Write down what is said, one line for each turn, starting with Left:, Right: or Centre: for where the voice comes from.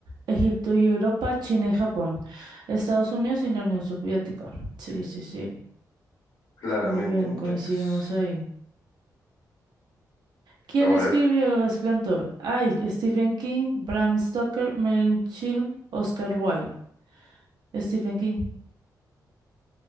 Right: Egipto y Europa, China y Japón. Estados Unidos y la Unión Soviética. Sí, sí, sí.
Left: claramente
Right: Muy bien,
Left: mi
Right: coincidimos
Left: Tex.
Right: ahí. ¿Quién
Left: A ver,
Right: escribió El Resplandor? Ay, Stephen King, Bram Stoker, Merlin Chill, Oscar Wilde. Stephen King.